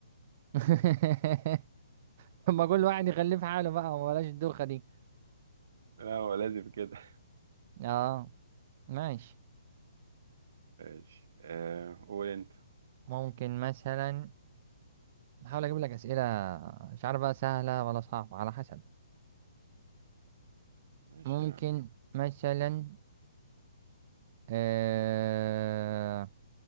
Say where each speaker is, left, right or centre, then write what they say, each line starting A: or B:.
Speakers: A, on the right (about 40°); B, on the right (about 60°).
A: <laughs> <laughs> ما كل واحد يخليه في حاله بقى وبلاش الدوخة دي
B: لا هو لازم كده
A: اه ماشي
B: <laughs> ماشي آه قول انت
A: ممكن مثلا احاول اجيب لك اسئلة مش عارف بقى سهلة ولا صعبة على حسب
B: ماشي
A: ممكن
B: يعني
A: مثلا آه،